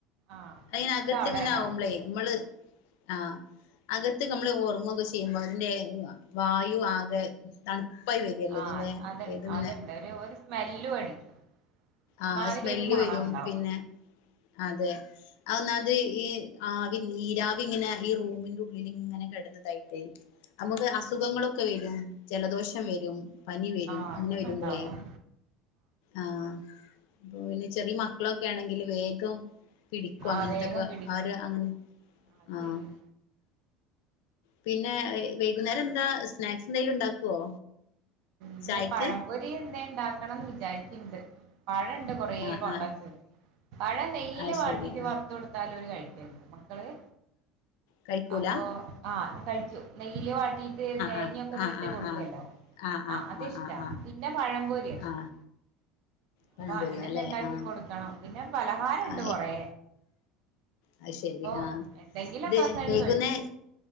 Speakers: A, on the right (about 60°); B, on the left (about 75°).
A: ആഹ്
B: അയിങ്ങന
A: എന്നിട്ട്
B: അകത്തിങ്ങനെ
A: അവിടെ ഇടാറുണ്ട്
B: ആകുമ്പളേ നമ്മള് ആ അകത്ത് നമ്മള് ഒറങ്ങുവൊക്കെ ചെയ്യുമ്പോ അതിന്റെ വായു ആകെ തണുപ്പായി വരികല്ലേ
A: ആഹ്
B: ഇതിന്റെ
A: അത
B: ഇതിങ്ങനെ
A: അതന്നേ ഒരു ഒരു സ്മെല്ലും അടിക്കും ഒരുമാതിരി
B: ആഹ് സ്മെല്ല്
A: ഒരു മണം
B: വരും
A: ഉണ്ടാവും
B: പിന്നെ അതെ അത് ഒന്നാമത് ഈ ആവി നീരാവി ഇങ്ങനെ ഈ റൂമിന്റെ ഉള്ളിലിങ്ങനെ കെടന്ന് ഇതായിട്ടെ നമുക്ക് അസുഖങ്ങളൊക്കെ വരും ജലദോഷം വരും പനി വരും
A: ആഹ്
B: അങ്ങനെ
A: അതൊക്കെ
B: വരുമ്പളേ
A: ഉണ്ടാവും
B: ആഹ് അപ്പ പിന്നെ ചെറിയ മക്കളൊക്കെ ആണെങ്കിൽ വേഗം പിടിക്കും അങ്ങനത്തൊക്കെ
A: ആഹ് വേഗം പിടിക്കും
B: ആര് അങ്ങനെ
A: അത്
B: ആഹ്
A: ശരിയാ
B: പിന്നെ വൈകുന്നേരം എന്താ സ്നാക്സ് എന്തെലും ഉണ്ടാക്കുവോ
A: എന്തെ
B: ചായക്ക്
A: പഴംപൊരി എന്തേ ഉണ്ടാക്കണോന്ന് വിചാരിക്കണ്ട് പഴം ഉണ്ട് കൊറേ
B: ആ
A: കൊണ്ടെ
B: ആ
A: വച്ചത് പഴം നെയ്യില്
B: ആ
A: വാട്ടീട്ട്
B: ശരി ആ
A: വറ ഇടുത്ത് കൊടുത്താലോര് കഴിക്ക്ണ്ട് മക്കള്
B: കഴിക്കൂല
A: അപ്പൊ
B: ആ
A: ആഹ് അത് കഴിക്കും നെയ്യില് വാട്ടീട്ട് തേങ്ങൊക്കെ
B: ആ
A: ഇട്ടിട്ട്
B: ആ ആ
A: കൊടുക്കല്ലോ
B: ആ ആ
A: ആ അതിഷ്ടാ
B: ആ
A: പിന്നെ പഴംപൊരിയാ ഇഷ്ടം
B: ആ പഴംപൊരി
A: അപ്പൊ അങ്ങനെ
B: അല്ലെ
A: എന്തേ ഇണ്ടാക്കി
B: ആ
A: കൊടുക്കണം പിന്നെ പലഹാരംണ്ട്
B: ആ
A: കൊറേ
B: അത് ശരി
A: അപ്പൊ
B: ആഹ്
A: എന്തെങ്കിലൊക്കെ
B: ഇത്
A: ഒന്നായിട്ട്
B: വൈകുന്നേ
A: കഴിക്കും